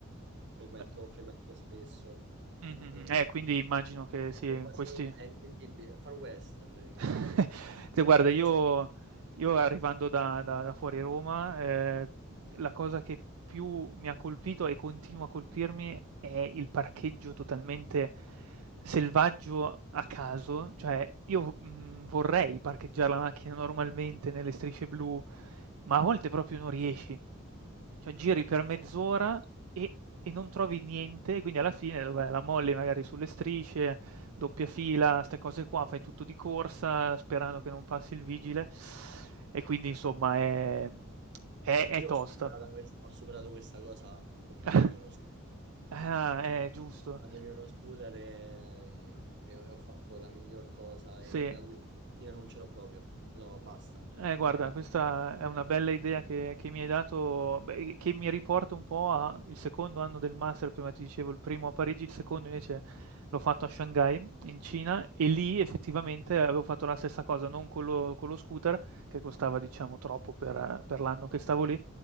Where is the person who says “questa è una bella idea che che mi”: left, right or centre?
Right